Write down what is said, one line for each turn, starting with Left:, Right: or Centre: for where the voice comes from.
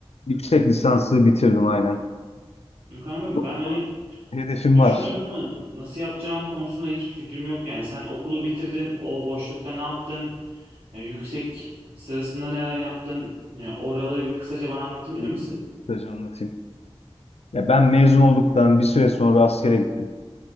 Left: Yüksek lisansı bitirdim aynen.
Right: Kanka
Left: Doktora
Right: ben hani
Left: hedefim
Right: düşünüyorum
Left: var.
Right: ama nasıl yapacağım konusunda hiçbir fikrim yok yani. Sen okulu bitirdin. O boşlukta ne yaptın? Yani yüksek sırasında neler yaptın? Yani oraları bir kısaca bana anlatabilir
Left: Öyle.
Right: misin?
Left: Kısaca anlatayım. Ya ben mezun olduktan bir süre sonra askere gittim.